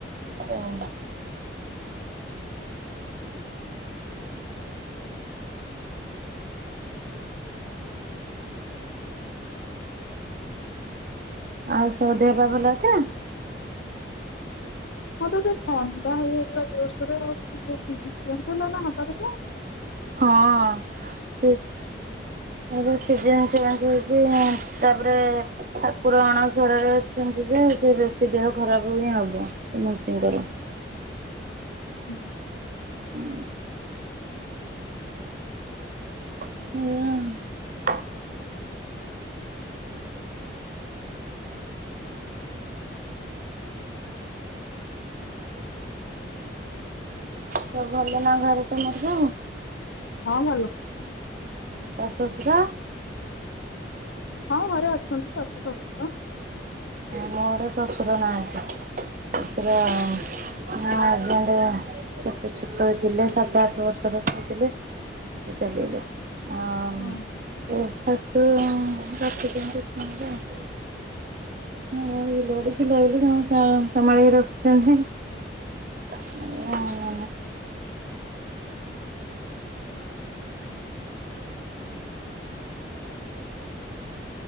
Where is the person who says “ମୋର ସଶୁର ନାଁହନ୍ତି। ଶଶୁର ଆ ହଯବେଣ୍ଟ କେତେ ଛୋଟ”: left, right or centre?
Right